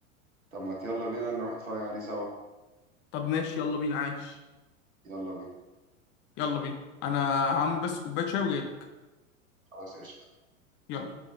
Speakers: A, on the right (about 75°); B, on the left (about 25°).
A: طب ما يلا بينا نروح نتفرج عليه سوا
B: طب ماشي يلا بينا عاش
A: يلا بينا
B: يلا بينا أنا هعمل بس كوباية شاي وجايلك
A: خلاص قشطة
B: يلا